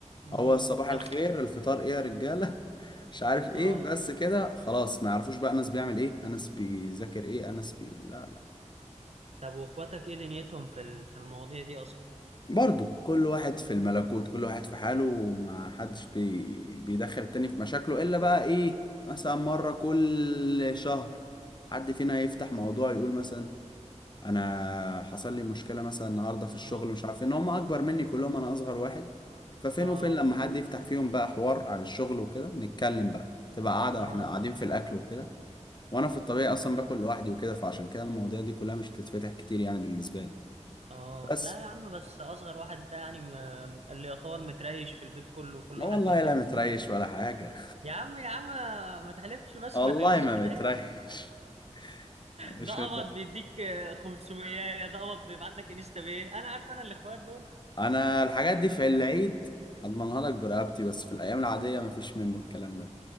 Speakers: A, on the right; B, on the left.
A: امم
B: هو صباح
A: طب
B: الخير الفطار ايه يا رجاله <laughs> مش عارف ايه
A: اه
B: بس كده خلاص ما يعرفوش بقى انس بيعمل ايه انس بيذاكر ايه انس بي لا
A: طب واخواتك ايه دنيتهم في ال- في المواضيع دي اصلا
B: برضو كل واحد في الملكوت كل واحد في حاله وما حدش بي... بيدخل التاني في مشاكله إلا بقى إيه مثلا مرة كل شهر حد فينا يفتح موضوع يقول مثلا أنا حصل لي مشكلة مثلا النهاردة في الشغل
A: اه
B: مش عارف إيه، إن هم أكبر مني كلهم أنا أصغر واحد ففين
A: اه
B: وفين لما حد يفتح فيهم بقى حوار عن الشغل وكده نتكلم بقى تبقى قاعدة
A: اه
B: وإحنا قاعدين في الأكل وكده وأنا في الطبيعي أصلا باكل لوحدي وكده فعشان كده المواضيع دي كلها مش بتتفتح كتير يعني بالنسبة لي
A: اه
B: بس
A: لا يا عم بس اصغر واحد ده يعني م- اللي يعتبر متريش في البيت كله كل
B: والله
A: واحد بيديله
B: لا متريش ولا حاجة
A: يا عم يا عم ما تحلفش بس
B: والله
A: ما تغزيش
B: ما
A: العين
B: بتريش <laughs> يعني مش
A: ده قبض
B: بتر...
A: بيديك 500 ده قبض بيبعت لك انستا بيه انا عارف انا الاخوات دول
B: انا الحاجات دي في العيد اضمنها لك برقبتي بس في الايام العاديه ما فيش منه الكلام ده